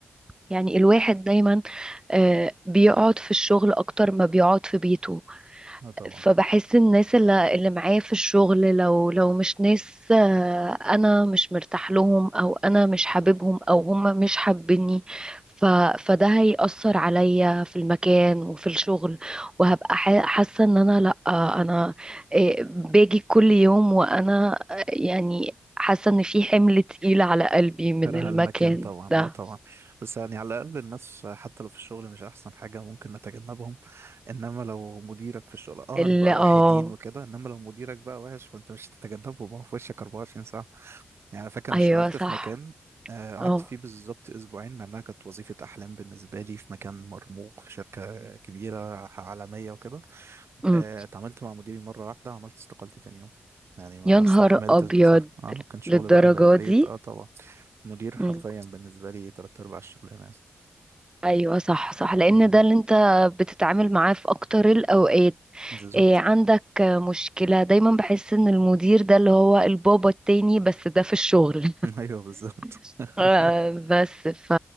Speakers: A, on the right; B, on the right.
A: يعني الواحد دايما آه، بيقعد في الشغل اكتر ما بيقعد في بيته
B: لا طبعا
A: فبحس الناس اللي اللي معايا في الشغل لو لو مش ناس آه، انا مش مرتاح لهم او انا مش حاببهم او هم مش حابيني ف فده هيأثر عليا في المكان وفي الشغل وهبقى ح- حاسة ان انا لا آه، انا آه، باجي كل يوم وانا آه، يعني حاسة ان في حمل تقيل على قلبي من
B: كره
A: المكان
B: المكان طبعا
A: ده
B: اه طبعا بس يعني على الاقل الناس حتى لو في الشغل مش احسن حاجه ممكن نتجنبهم انما لو مديرك في الشغل اه
A: اللي
B: نبقى واحدين
A: اه
B: وكده انما لو مديرك بقى وحش فانت مش هتتجنبه ما هو في وشك 24 ساعه يعني أنا فاكر انا
A: ايوه
B: اشتغلت
A: صح
B: في مكان آه، قعدت
A: اه
B: فيه بالظبط اسبوعين مع انها كانت وظيفه احلام بالنسبه لي في مكان مرموق في شركه كبيره عالميه وكده
A: أمم.
B: آه، اتعاملت مع مديري مره واحده عملت استقالتي تاني يوم يعني ما
A: يا نهار
B: استحملتش
A: ابيض
B: بصح اه كان شغل
A: للدرجه
B: بقى من البيت
A: دي
B: اه طبعا مدير حرفيا
A: أمم.
B: بالنسبة لي تلات أرباع الشغلانة
A: ايوه صح صح لان
B: مهم.
A: ده اللي انت بتتعامل معاه في اكتر الاوقات
B: بالظبط
A: إيه عندك مشكله دايما بحس ان المدير ده اللي هو البابا التاني بس ده في الشغل
B: <laughs> أيوه بالظبط
A: <laughs> آه،
B: <laughs>
A: بس ف